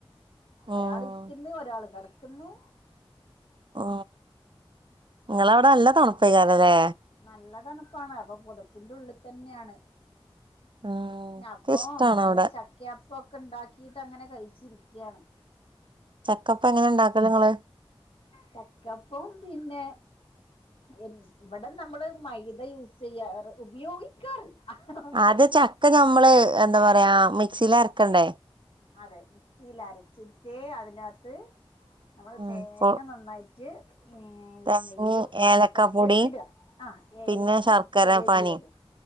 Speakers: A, on the right; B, on the left.
A: ഉം
B: ഒരാൾ ഇരിക്കുന്ന് ഒരാൾ കിടക്കന്ന്
A: ഓ നിങ്ങളവിടെ അല്ല തണുപ്പയികാണില്ലേ
B: നല്ല തണുപ്പാണ് അപ്പൊ പുതപ്പിന്റെ ഉള്ളിൽ തന്നെയാണ്
A: ഉം
B: അപ്പം
A: ഇഷ്ടാണ്
B: നല്ല
A: അവിടെ
B: ചക്ക- അപ്പൊക്കെ ഉണ്ടാക്കിട്ട് അങ്ങനെ കഴിച്ചിരികയാണ്
A: ചക്കപ്പ എങ്ങനെ ഉണ്ടാക്കല് നിങ്ങള്
B: ചക്കപ്പം പിന്നെ ഉം ഇവിടെ നമ്മള് മൈദ യൂസ് ചെയ്യാറ് ഉപയോഗിക്കാറില്ല ഓക്കെ
A: അത് ചക്ക ഞമ്മള് എന്താ പറയാ മിക്സിൽ അരക്കണ്ടേ
B: അതെ മിക്സിൽ അരച്ചിട്ട് അതിനകത്ത് നമ്മള്
A: ഉം
B: തേങ്ങ
A: പൊ
B: നന്നായിട്ട് ഉം
A: തേങ്ങയും
B: എണ്ണയിലെ വറുത്തിട്ട്
A: ഏലക്കാപ്പൊടിയും
B: ഇടുക ആ ഏലക്കും
A: പിന്നെ ശർക്കര
B: ചെറിയ
A: പാനിയും
B: ജീരകവും